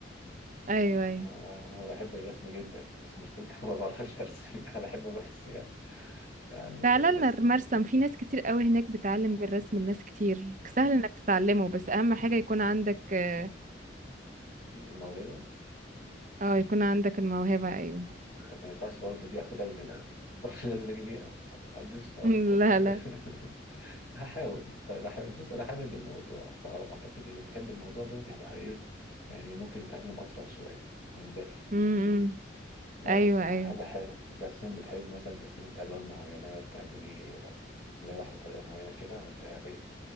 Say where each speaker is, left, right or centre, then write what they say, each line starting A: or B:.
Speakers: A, on the right; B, on the left.
A: ايوه ايوه
B: آه، انا بحب الرسم جدا بس مشكلتي <laughs> أنا ما بعرفش ارسم انا بحبه بس يعني يعني
A: تعالى
B: بس
A: لنا المرسم في ناس كتير قوي هناك بتعلم الرسم لناس كتير سهل انك تتعلمه بس اهم حاجة يكون عندك اه
B: الموهبة
A: آه، يكون عندك الموهبة ايوه
B: طب ما ينفعش برضه دي اخدها من هناك <laughs> لازم اجيب ايه ما عنديش خالص
A: <laughs>
B: بس
A: لا لا
B: <laughs> هحاول طيب هحاول بص انا حابب الموضوع فاعتقد اللي بيحب الموضوع ده بيبقى ايه يعني ممكن يتعلم اسرع شويه من الباقي
A: امم
B: لا
A: ايوه
B: بس حاجة
A: ايوه
B: حلوة انت اساسا بتحب مثلا ترسمي بألوان معينة بتعملي لوح بطريقة معينة كده ولا ايه؟